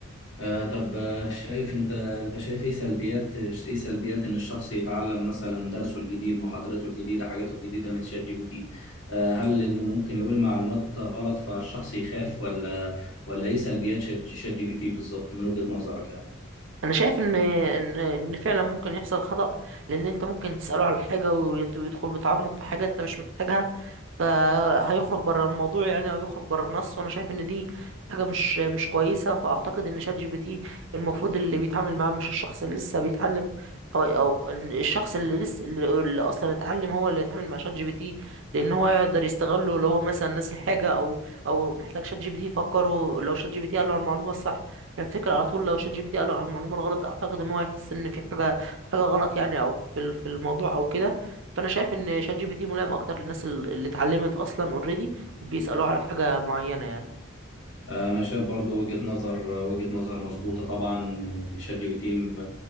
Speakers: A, on the left; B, on the right.
A: آه طب آه، شايف انت انت شايف ايه سلبيات ايه سلبيات ان الشخص يتعلم مثلا درسه الجديد محاضرته الجديدة حاجاته الجديدة من شات جي بي تي آه هل انه ممكن يقول معلومات غلط فالشخص يخاف ولا ولا ايه سلبيات شات شات جي بي تي بالظبط من وجهة نظرك يعني
B: انا شايف ان ان ان فعلا ممكن يحصل خطأ لان انت ممكن تسأله على حاجة ويت- ويدخل بتعمق في حاجة انت مش محتاجها فهيخرج بره الموضوع يعني او يخرج بره النص وانا شايف ان دي حاجة مش مش كويسة فاعتقد ان شات جي بي تي المفروض اللي بيتعامل معاه مش الشخص اللي لسه بيتعلم او او إن الشخص اللي لسه اللي اللي اصلا اتعلم هو اللي يتعامل مع شات جي بي تي لان هو يقدر يستغله لو هو مثلا ناسي حاجة او او محتاج شات جي بي تي يفكره لو شات جي بي تي قال له المعلومة الصح الفكرة على طول لو شات جي بي تي قال له على المعلومة الغلط أعتقد إن هو هيحس إن في حاجة حاجة غلط يعني أو في ال- في الموضوع أو كده فأنا شايف إن شات جي بي تي ملائم أكتر للناس ال- اللي اتعلمت أصلا أوريدي وبيسألوه على حاجة معينة يعني
A: انا شايف برضو وجهة نظر وجهة نظر مظبوطة طبعا شات جي بي تي م-